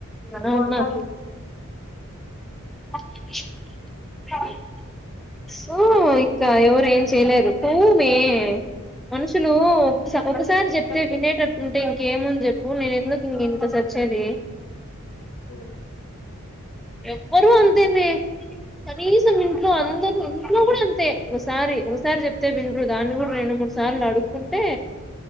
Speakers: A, in the centre; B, on the left (about 60°).
A: నాన్నా
B: కొడతా నీకు
A: <unintelligible> సో ఇంకా ఎవరు ఏం చేయలేరు పోవే. మనుషులు
B: ఉమ్
A: ఒకటి ఒకసారి చెప్ అయితే వినేటట్టుంటే ఇంకేముంది చెప్పు నేను ఎందుకు ఇంక ఇంత చచ్చేది.
B: ఓ
A: ఎవ్వరు అంతేమే కనీసం ఇంట్లో అందరూ ఇంట్లో కూడా అ తే ఒకసారి ఒకసారి చెప్తే విండ్రు దాన్ని కూడా రెండు మూడు సార్లు అడుగుకుంటే